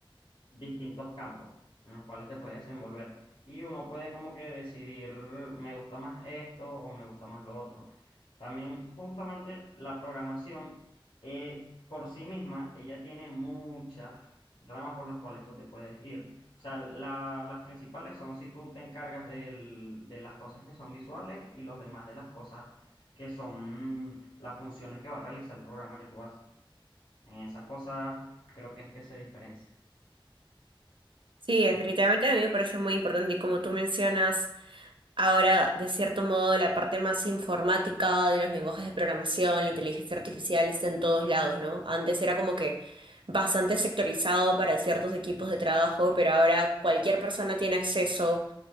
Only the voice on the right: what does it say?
Sí, definitivamente
a mí me parece muy importante y como tú mencionas, Ahora, de cierto modo, la parte más informática de los lenguajes de programación, la inteligencia artificial está en todos lados, ¿no? Antes era como que bastante sectorizado para ciertos equipos de trabajo, pero ahora cualquier persona tiene acceso